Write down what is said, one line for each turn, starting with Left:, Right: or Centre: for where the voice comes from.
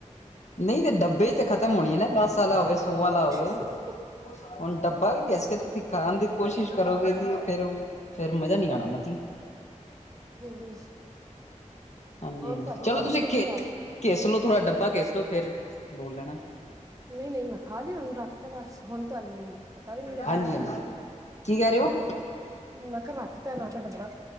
Left: ਨਹੀਂ ਤੇ ਡੱਬੇ ਚ ਤੇ ਖ਼ਤਮ ਹੋਣੀ ਐ ਨਾ ਦਸ ਆਲਾ ਹੋਵੇ ਸੌ ਆਲਾ ਹੋਵੇ।
Right: ਹਮ
Left: ਹੁਣ ਡੱਬਾ ਵੀ ਘਿਸਕੇ ਤੁਸੀਂ ਖਾਣ ਦੀ ਕੋਸ਼ਿਸ਼ ਕਰੋਗੇ ਦੀ ਫੇਰ ਉਹ ਫੇਰ ਮਜ਼ਾ ਨੀ ਆਣਾ ਮਾਸੀ।
Right: ਹਮ
Left: ਹਾਂਜੀ-ਹਾਂਜੀ
Right: ਹੋਰ ਤੁਹਾਡੀ
Left: ਚਲੋ
Right: ਭੈਣ
Left: ਤੁਸੀਂ
Right: ਜੀ ਦਾ
Left: ਖੇ
Right: ਕੀ ਹਾਲ ਹੈ
Left: ਘਿਸਲੋ ਥੋੜਾ ਡੱਬਾ ਘਿਸਲੋ ਫੇਰ ਬੋਲ ਲੈਣਾ।
Right: ਨਈ- ਨਈ ਮੈਂ ਖਾ ਲਿਆ ਓਹਨੂੰ ਰੱਖਤਾ ਬਸ ਹੁਣ ਤੁਹਾਨੂੰ ਪਤਾ ਵੀ ਨੀ ਲੱਗਿਆ
Left: ਹਾਂਜੀ
Right: ਮੈ
Left: ਹਾਂਜੀ
Right: ਰੱਖ ਕੇ ਤੇ
Left: ਕੀ ਕਹਿ ਰਹੇ ਹੋ
Right: ਮੈਂ ਕਿਹਾ ਰੱਖਤਾ ਮੈਂ ਤੇ ਡੱਬਾ।